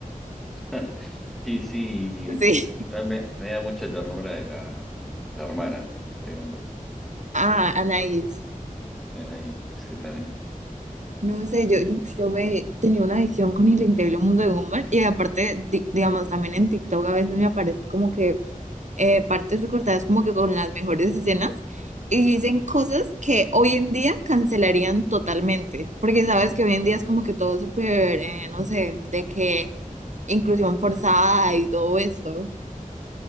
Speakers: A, in the centre; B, on the right.
A: <laughs> Sí, sí,
B: <laughs> Sí.
A: no, me, me da mucha ternura de la, la hermana de Gumball.
B: Ah, Anaís.
A: Ahí, exactamente.
B: No sé, yo,
A: Em,
B: yo, yo me tenía una adicción con el increíble mundo de Gumball y aparte, di- digamos, también en TikTok a veces me aparecen como que eh, partes recortadas como que con las mejores escenas y dicen cosas que hoy en día cancelarían totalmente, porque sabes que hoy en día es como que todo súper, eh, no sé, de que inclusión forzada y todo esto.